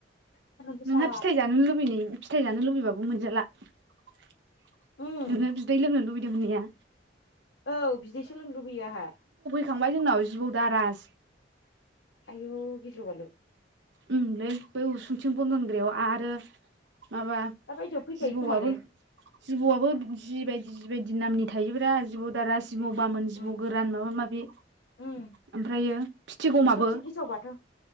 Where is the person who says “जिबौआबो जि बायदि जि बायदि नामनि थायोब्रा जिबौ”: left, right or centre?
Right